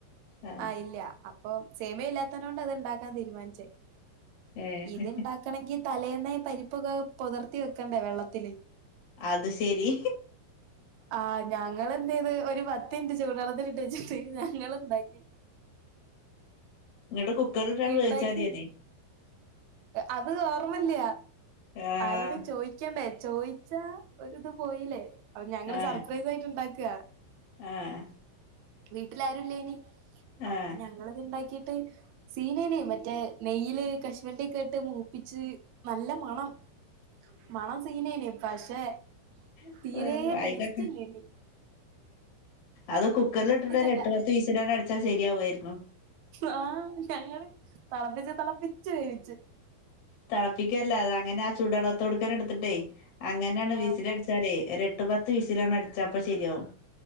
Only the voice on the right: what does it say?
ആ ഇല്ല അപ്പൊ സേമയില്ലാത്തന കൊണ്ട് അത്ണ്ടാക്കാന്ന് തീരുമാനിച്ചേ
ഇത്ണ്ടാക്കണങ്കി തലേന്ന പരിപ്പൊക്കെ പോതിർത്തി വെക്കണ്ടേ വെള്ളത്തില്
ആ ഞങ്ങൾ എന്ത ചെയത് ഒരു പത്ത് മിനിറ്റ് ചൂടുള്ളത്തില് ട്ടച്ചിട്ട് ഞങ്ങള് ണ്ടാക്കി
ഇണ്ടാക്കി
അത് ഓർമ്മല്ല
ആരോടേം ചോയിക്കണ്ടേ ചോയിച്ചാ ഒരിത് പോയില്ലേ അപ്പൊ ഞങ്ങള്
സർപ്രൈസ ആയിട്ട് ണ്ടാക്ക
വീട്ടില ആരുല്ലേനി അപ്പൊ
ഞങ്ങളത് ഇണ്ടാക്കിട്ട് സീനനെ മറ്റേ നെയയില് കശ്മണ്ടിക്കെ ഇട്ട് മൂപ്പിച്ച് നല്ല മണം മണം സീനേന്നെ പശെ
തീരെ
ടേസ്റ്റ്ല്ലനി
ഇല്ല
ആ ഞങ്ങള് തളപ്പിച് തളപ്പിച് വേവിച്ച്
ആ